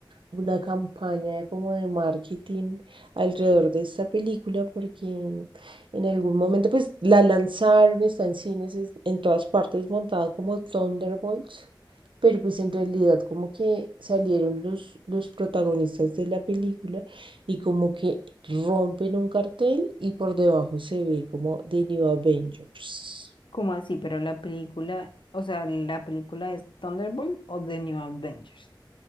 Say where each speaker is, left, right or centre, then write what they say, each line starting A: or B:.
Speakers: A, on the right; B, on the left.
A: una campaña como de marketing alrededor de esta película porque en algún momento pues la lanzaron, está en cines, es- en todas partes montada como Thunderbolts, pero pues en realidad como que salieron los, los protagonistas de la película y como que rompen un cartel y por debajo se ve como The New Avengers.
B: ¿Cómo así? Pero la película, o sea, ¿la película es Thunderbolt o The New Avengers?